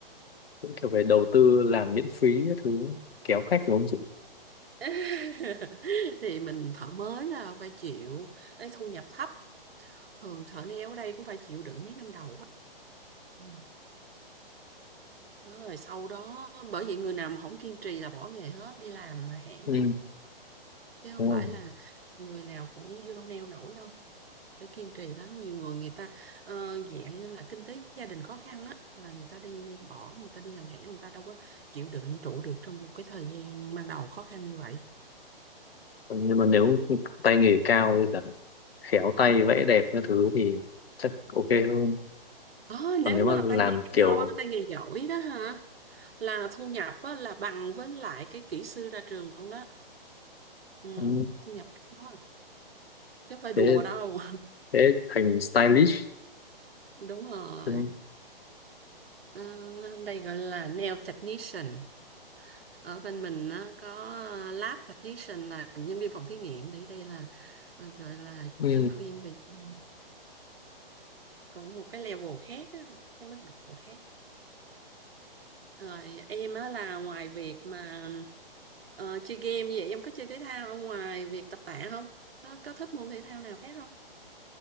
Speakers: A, on the left; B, on the right.
A: cũng kiểu về đầu tư làm miễn phí các thứ kéo khách đúng không chị
B: <laughs> thì mình thợ mới là phải chịu cái thu nhập thấp thường thợ nail ở đây cũng phải chịu đựng mấy năm đầu á Ừ. Rồi sau đó bởi vậy người nào mà không kiên trì là bỏ nghề hết đi làm hãng
A: Ừ,
B: hết chứ không
A: đúng
B: phải
A: không?
B: là người nào cũng vô neo nổi đâu phải kiên trì lắm nhiều người người ta ờ, dạng như là kinh tế gia đình khó khăn á là người ta đi bỏ người ta đi làm hãng người ta đâu có chịu đựng trụ được trong một cái thời gian ban đầu khó khăn như vậy
A: Còn Nhưng mà nếu tay nghề cao với cả khéo tay vẽ đẹp các thứ thì chắc ok hơn.
B: Ờ,
A: Còn
B: nếu
A: nếu mà
B: mà
A: làm
B: tay nghề
A: kiểu
B: cao á, tay nghề giỏi đó hả là thu nhập á, là bằng với lại cái kỹ sư ra trường luôn đó ừ,
A: ừ,
B: thu nhập cao á, chứ không phải đùa
A: thế
B: đâu
A: thế thành stylish
B: <laughs> đúng rồi
A: đúng không?
B: Ờ, đây gọi là nail technician ở bên mình nó có ờ, lab technician là nhân viên phòng thí nghiệm để đây là ờ, gọi là
A: Ừ,
B: chuyên viên về <laughs> còn một cái level khác á, cái mức độ khác rồi em á là ngoài việc mà ờ, chơi game như vậy em có chơi thể thao ở ngoài việc tập tạ không có có thích môn thể thao nào khác không